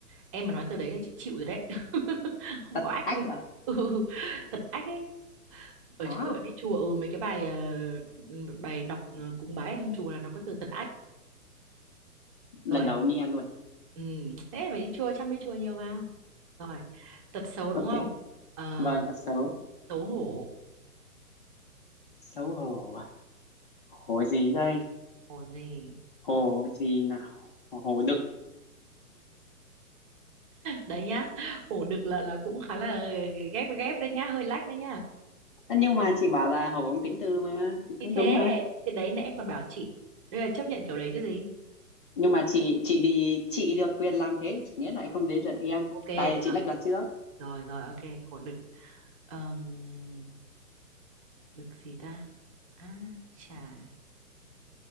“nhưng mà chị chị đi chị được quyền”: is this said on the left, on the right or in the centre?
Left